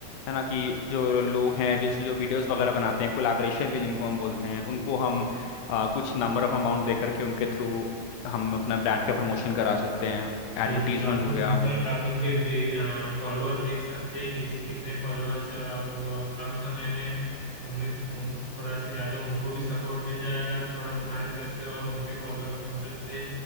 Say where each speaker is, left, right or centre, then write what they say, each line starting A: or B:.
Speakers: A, on the left; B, on the left.
A: है ना कि जो लोग हैं जैसे जो वीडियोस वगैरह बनाते हैं कोलैबोरेशन में जिनको हम बोलते हैं उनको हम अ, कुछ नंबर ऑफ अमाउंट दे करके उनके थ्रू हम अपना ब्रांड का प्रमोशन करा सकते हैं
B: बिल्कुल
A: एडवर्टीजमेंट
B: आप उनके
A: हो गया
B: आप उनके फॉलोअर्स देख सकते हैं किस कितने फॉलोअर्स है और आप वो कम समय में उनमें थो- थोड़ा से ज्यादा उनको भी सपोर्ट मिल जाएगा थोड़ा तुम्हारे तरफ से और उनके फॉलोअर्स की मदद से